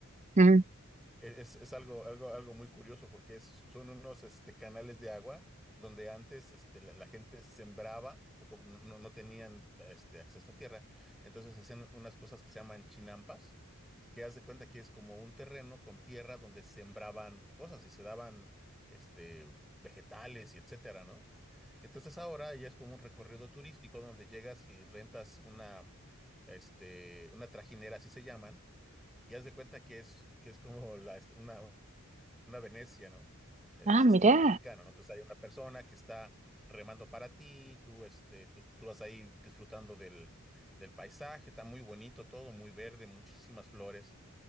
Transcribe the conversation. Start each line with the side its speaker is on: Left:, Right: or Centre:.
Right: Ujú.
Centre: Es, es algo, algo, algo muy curioso porque es- son unos este, canales de agua donde antes este, la, la gente sembraba, porque no, no- no tenían este, acceso a tierra, entonces hacían unas cosas que se llaman chinampas, que haz de cuenta que es como un terreno con tierra donde sembraban cosas y se daban este, vegetales y etcétera, ¿no? Entonces ahora ya es como un recorrido turístico donde llegas y rentas una, este, una trajinera, así se llaman y haz de cuenta que es, que es como la, est- una, una Venecia, ¿no? E-
Right: Ah,
Centre: Ese
Right: mirá,
Centre: estilo mexicano, ¿no? Entonces hay una persona que está remando para ti, tú, este, tú, tú vas ahí disfrutando del, del paisaje, está muy bonito todo, muy verde, muchísimas flores.